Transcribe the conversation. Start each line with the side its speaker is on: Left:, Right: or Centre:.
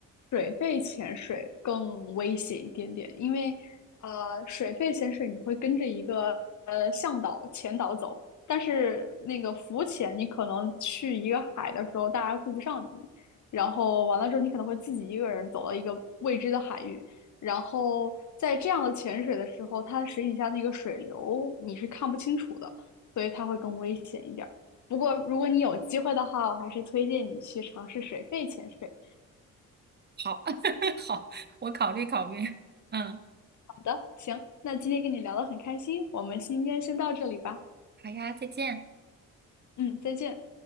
Left: 水肺潜水更危险一点点，因为呃，水肺潜水你会跟着一个呃向导、前导走，但是那个浮潜你可能去一个海的时候，大家顾不上你，然后完了之后你可能会自己一个人走到一个未知的海域，然后在这样的潜水的时候，它水底下那个水流你是看不清楚的，所以它会更危险一点儿。不过如果你有机会的话，我还是推荐你去尝试水肺潜水。
Right: 好 <laughs> 好，我考虑考虑，嗯。
Left: 好的，行，那今天跟你聊得很开心，我们今天先到这里吧。
Right: 好呀，再见。
Left: 嗯，再见。